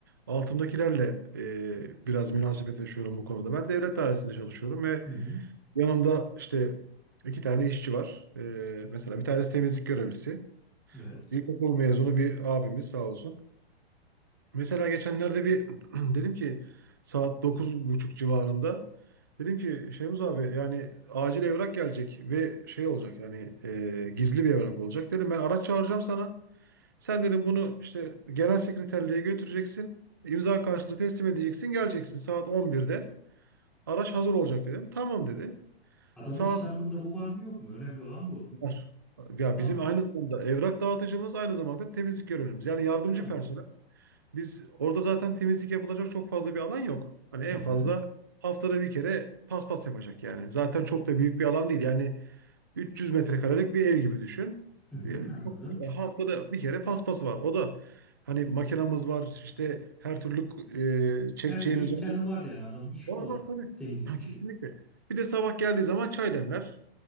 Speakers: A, on the right (about 20°); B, in the centre.
A: altımdakilerle e, biraz münasebet yaşıyorum bu konuda. Ben devlet dairesinde çalışıyorum ve
B: Hı hı.
A: yanımda işte iki tane işçi var. E, mesela bir tanesi temizlik görevlisi.
B: Evet.
A: İlkokul mezunu bir abimiz sağ olsun. Mesela geçenlerde bir <clears throat> dedim ki saat dokuz buçuk civarında dedim ki Şemuz abi yani acil evrak gelecek ve şey olacak yani e, gizli bir evrak olacak. Dedim ben araç çağıracağım sana. Sen dedim bunu işte genel sekreterliğe götüreceksin. imza karşılığı teslim edeceksin. Geleceksin saat on birde Araç hazır olacak dedim. Tamam dedi.
B: Adamın
A: Saat
B: iş tanımında bu var mı yok mu? Önemli olan bu.
A: var. Ya
B: Tamam.
A: bizim aynı
B: iyi.
A: zamanda evrak dağıtıcımız aynı zamanda temizlik görevlimiz. Yani yardımcı
B: Tamam.
A: personel. Biz orada zaten temizlik yapılacak çok fazla bir alan yok. Hani en
B: Hı hı.
A: fazla haftada bir kere paspas yapacak yani. Zaten çok da büyük bir alan değil. Yani 300 metrekarelik bir ev gibi düşün.
B: Hı hı,
A: E,
B: anladım.
A: Çok, e, haftada bir kere paspası var. O da hani makinamız var işte her türlü e, çekeceğimiz
B: Her türlü imkanı
A: var.
B: var yani adamın işi
A: Var
B: kolay.
A: var tabii. <clears throat>
B: Temizlik
A: Ha,
B: işi.
A: kesinlikle. Bir de sabah geldiği zaman çay demler.